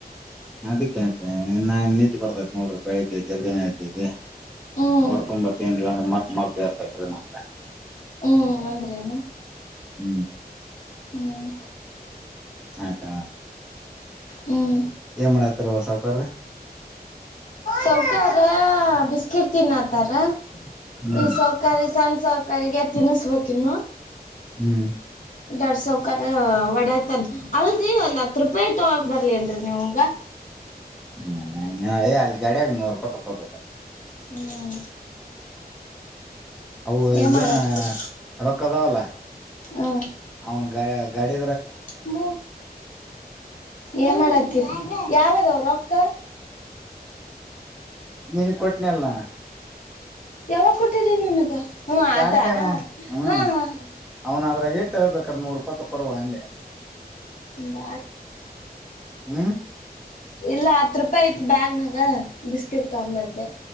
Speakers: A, in the centre; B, on the left.
A: ಅದಕ್ಕೆತ ಇ ನಾನ್ ನಿಿದ್ದೆ ಬರ್ತ್ತ್ ನೋಡ್ರಿ ಬೆಳಿಗ್ಗೆ ಜಲ್ದಿನ ಇದ್ದೇವಿ
B: ಹ್ಮ್
A: ಹೊಡ್ ತುಂಬಾತ್ತೇ ಚೇರ್ತಟ್ಟರು ನಮ
B: ಹ್ಮ್ ಅಂದ್ರೇನು
A: ಹ್ಮ್
B: ಹ್ಮ್
A: ಹಾ ತ
B: ಹ್ಮ್
A: ಎಮಳ ತವ ಸಪರ್ ರ
B: ಸೌಕಾರ ಬಿಸ್ಕಿಟ್ ತಿನ್ನಾತಾರ
A: ಹ್ಮ್
B: ಈ ಸರ್ಕಾರಿ ಸಣ ಸ ಕರಿಗ ತಿನ್ನಿಸಬೇಕಕ್ ಇನ್ನು
A: ಹ್ಮ್
B: ಎರಡ್ ಸಾವ ಕರ ಒಡತನ್ ಅಲ್ರರಿ ಒಂದ್ ಹತ್ ರೂಪಾಯಿ ಇಟ್ಟ ಬರ್ಲಿನ್ರರಿ ನೀವಗ
A: ಹ್ಮ ಇ ಏ ಅಲ್ಗಡಿಯಾಗ ನೂರ್ ರೂಪಾಯಿ ತಕೊಬೇಕೇಾರ
B: ಹ್ಮ್
A: ಅವು
B: ಏನ್
A: ಈಗೇನ
B: ಮಾಡಾಕತ್ತೀರಿ
A: ರೊಕ್ಕ ಅದಾವಲ್ಲ <inaudible>
B: ಹ್ಮ್
A: ಅವ್ನು ಗ ಗಾಿದ
B: ಹ್ಮ ಏನ್ ಮಾಡತೀರಿ ಯಾವದವರು ರೊಕ್ಕ
A: ನೀನ್ ಕೊಟ್ಟ ನಲ್ಲ
B: ಯಾವಾಗ ಕೊಟ್ಟಿರಿ ನನಗ ಹಾ
A: ಪ್ಯಾಂಟ್ನೇನು
B: ಅದಾ
A: ಹ್ಮ್
B: ಹಾ ಹಾ ಹ
A: ಅವ್ನ್ ಅದ್ರಾಗ ಇಟ್ಟ ಬೇಕಾರ ನೂರ್ ರೂಪಾಯಿ ತಕೋರುವ ಅಂದೆ
B: ಬ
A: ಹ್ಮ್
B: ಇಲ್ಲ ಹತ್ ರೂಪಾಯಿ ಐತ್ ಬ್ಯಾಗ್ನಾಗ ಬಿಸ್ಕಿಟ್ ತ ಮದ್ದೆ